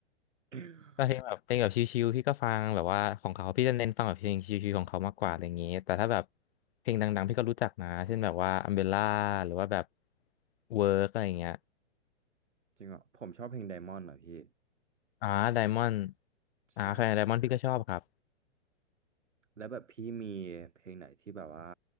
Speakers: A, on the right; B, on the left.
A: <laughs>
B: ก็เพลงแบบเพลงแบบชิวๆพี่ก็ฟังแบบว่าของเขาพี่จะเน้นฟังแบบเพลงชิวๆของเขามากกว่าอะไรอย่างงี้แต่ถ้าแบบเพลงดังๆพี่ก็รู้จักนะเช่นแบบว่าอัมเบล่าหรือว่าแบบเวิร์กอะไรอย่างเงี้ย
A: จริงเหรอผมชอบเพลง Diamond เหรอพี่
B: อ่าไดมอนด์
A: ใช่
B: อ่าใครไดมอนด์พี่ก็ชอบครับ
A: แล้วแบบพี่มีเพลงไหนที่แบบว่า